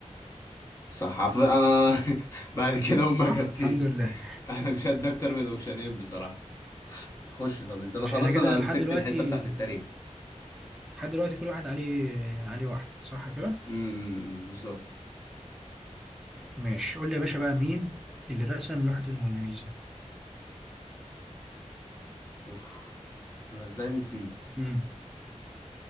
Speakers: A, on the left (about 25°); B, in the centre.
A: صح عف- انا <laughs> بعد كده هما
B: صح
A: اجابتين
B: الحمد لله
A: <laughs> انا مش هدي اكتر من اوشنين بصراحة خش طب انت انا
B: مش
A: خلاص
B: احنا كده
A: انا
B: لحد
A: مسكت
B: دلوقتي
A: الحتة بتاعت التاريخ
B: لحد دلوقتي كل واحد عليه عليه واحد صح كده
A: امم بالظبط
B: ماشي قول لي يا باشا بقى مين اللي رسم لوحة الموناليزا
A: اوف انا ازاي نسيت
B: امم